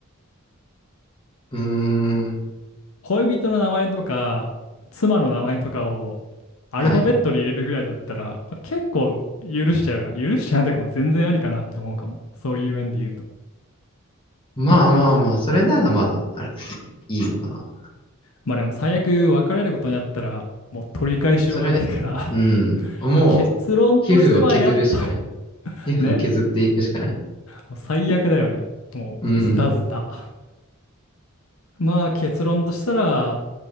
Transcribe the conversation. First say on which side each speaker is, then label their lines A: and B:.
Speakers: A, on the left (about 25°); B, on the left (about 70°).
A: うーん。
B: 恋人の名前とか、妻の名前とかをアルファベットで入れるぐらいだったら、
A: はい。
B: まあ、結構許しちゃうが、許しちゃうとかも全然ありかなって思うかも。そういう面で言うと。
A: まあまあまあ、それならまだ、あれ、いいのかな。
B: まあでも最悪別れることになったら、もう取り返しようがないから
A: それ、うん。
B: <laughs>
A: もう、
B: まあ結論としてはやっぱ
A: 皮膚を削るしかない。
B: <laughs>
A: 皮膚を削っていくしかない。
B: ね、もう最悪だよね。もうズタズタ。
A: うん。
B: まあ結論としたら、